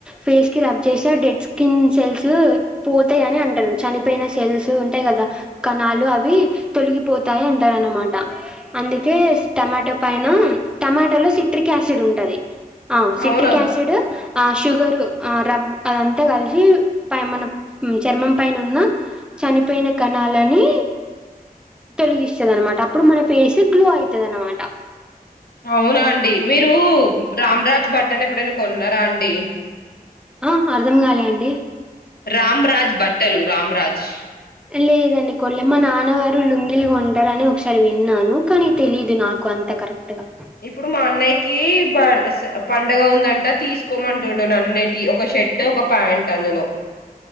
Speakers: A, in the centre; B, on the left (about 80°).
A: ఫేస్ కి రబ్ చేస్తె డెడ్ స్కిన్ సెల్సు పో. పోతాయి అని అంటారు చనిపోయిన సెల్స్ ఉంటాయి కదా కణాలు అవి తొలగిపోతాయి అంటారు అన్నమా. అనమాట అందుకే టమాటో పైన. టమాటోలో సిట్రిక్ యాసిడ్ ఉంటది ఆహ్ సిట్రిక్
B: అవునా
A: యాసిడ్ ఆ షుగరు. ఆహ్ రబ్ అదంతా కలిసి మన చర్మం పైన ఉన్న చనిపోయిన కణ. కణలని తొలగిస్తది అనమాట అప్పుడు మన ఫేస్ గ్లో అయితది అనమాట.
B: అవునా అండి మీరు రామరాజ్ బట్టలు ఎప్పుడైనా కొన్నరాండి.
A: ఆహ్ అర్ధం కాలే అండి.
B: రామ్ రాజ్ బట్టలు రామ్ రాజ్.
A: లేదండి కొనలే మా నాన్నగారు లుంగిలు కొంటరని ఒకసారి విన్నాను కానీ తెలిదు నాకు అంత కరెక్ట్గా.
B: ఇప్పుడు మా అన్నయ్యకీ. పనస పండగ ఉందంట తీసుకోమంటుండు నన్నేటి ఒక షర్ట్ ఒక ప్యాంట్ అందులో.